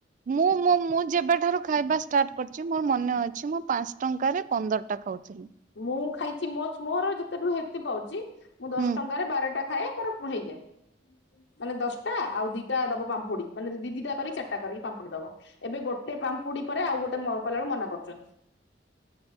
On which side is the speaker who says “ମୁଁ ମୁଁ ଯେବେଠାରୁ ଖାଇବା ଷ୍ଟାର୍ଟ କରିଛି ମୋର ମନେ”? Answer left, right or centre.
Right